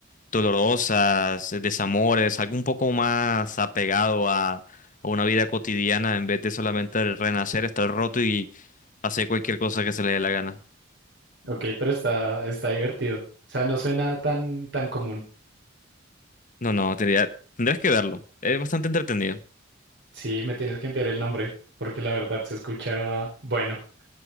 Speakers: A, on the left; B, on the right.
A: dolorosas, eh, desamores, algo un poco más apegado a, a una vida cotidiana en vez de solamente renacer, estar roto y hacer cualquier cosa que se le dé la gana.
B: ok, pero está, está divertido. O sea, no suena tan, tan común.
A: No, no, tendría- tendrías que verlo. Es bastante entretenido.
B: Sí, me tienes que enviar el nombre, porque la verdad se escucha bueno.